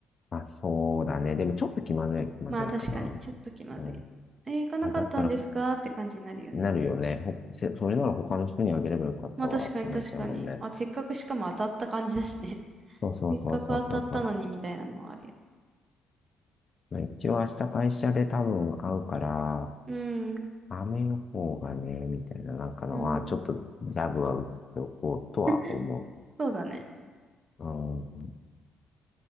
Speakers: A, on the left; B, on the right.
A: まあ、そうだね。でもちょっと気まずい、気まずいかな。
B: まあ確かに、ちょっと気まずいね。
A: うん。
B: えー行かなかったんですかって感じになるよね。
A: あ、だったらほ、なるよね。ほ、せそれなら他の人にあげればよかったわってなっちゃうもんね。
B: まあ確かに確かに。あ、せっかくしかも当たった感じだしね。<laughs>
A: そうそうそうそうそうそう。
B: せっかく当たったのにみたいなのはあるよ。
A: まあ、一応明日会社で多分会うから、
B: うん。
A: 雨予報がね、みたいななんかのは、
B: うん。
A: ちょっとジャブは打っておこうとは思
B: <laughs> そうだね。
A: う。うん。